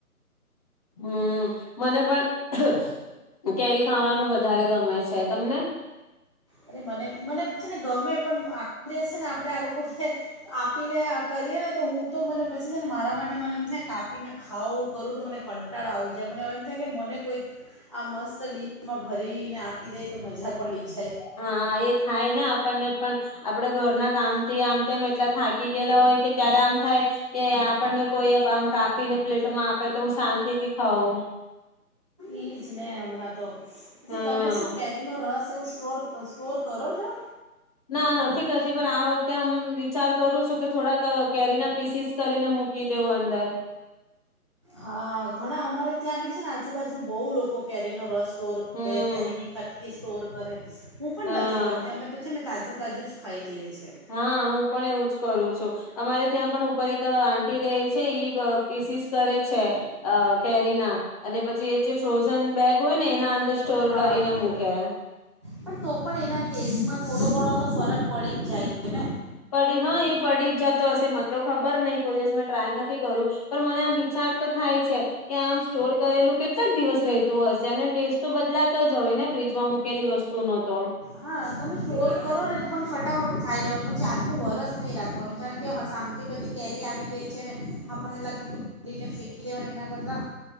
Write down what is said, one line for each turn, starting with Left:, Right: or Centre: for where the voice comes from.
Left: હમ મને પણ કેરી ખાવાનું વધારે ગમે છે તમને.
Right: અરે મને મને છે ને ગમે પણ આ દિવસ. ને આપડે આ લોકો. આપીને આ કરીએ ને તો હું તો મને પછી છે ને મારા માટે મને એમ થાય કાપીને ખાાવં કરું તો મને કંટાળો આવી જાય મને હ એમ થાય કે મને કોઈક આ મસ્ત ડડીશમાં ભરીને આપી દે તો મજા પડી જાય.
Left: હા એ થાય ને આપણને પણ આપડે ઘરના કામ થી આમ. એ થાકી ગયેલા હોય કે ત્યારે આમ થાય કે આપણને કોઈ કાપીને પ્લેટમાં આપે તો હું શાંત તેથી ખાઓ.
Right: એ છેને હણા તો. પછી
Left: હમ
Right: તમે શું કેરી નો રસ એવું. ્ટ સ્ટોર કરો જ.
Left: ના નથી કરતી પણ આ વખતે આમ વિચાર કરું છું કે થોડાક કેરી ના પીસીસ કરીને મૂકી દેવું અંદર.
Right: હા ઘણા અમારે ત્યાં બી છે ને આજુબાજુ બહુ લોકો કેરીનો રસ. સ્ટોર
Left: હમ
Right: કેરીની ખટકી. સ્ટોર કરે. હું પણ
Left: હા
Right: નથી કરતી અમે તો છે ને. તાજુ, તાજુ જ ખાઈ લઈએ છીએ
Left: હા, હું પણ એવું જ કરું છું, અમારે ત્યાં પણ ઉપર એક એક આંટી રે છે ઈ પીસીસ કરે છે અ કેરીના અને પછી જે ફ્રોઝન બેગ હોય ને એના અંદર સ્ટોર
Right: હા
Left: કરીને મૂકે
Right: પણ તો પણ એના ટેસ્ટમાં થોડો તો ફરક પડી જ જાયને
Left: પડી હા એ પડી જ જતો હશે મન તો ખબર નહી! કોઈ દિવસ મેં ટ્રાય નથી કરું પણ મને આમ વિચાર તો થાય છે, કે આમ સ્ટોર કરેલું કેટલાક દિવસ રેતું હશે અને ટેસ્ટ તો બદલાતો જ હોય ને ફ્રીજમાં મુૂકેલી વસ્તુનો તો
Right: હા, તમે સ્ટોર કરો ને તો પણ ફટાફટ ખાઈ લેવાનું, પછી આખું વરસ નહી રાખવાનું જાણ કે સામટી બધી કેરી આવી ગઈ છે ને આપણને લાગે <inaudible> કેીને ફેંકી દેવાની એના કરતા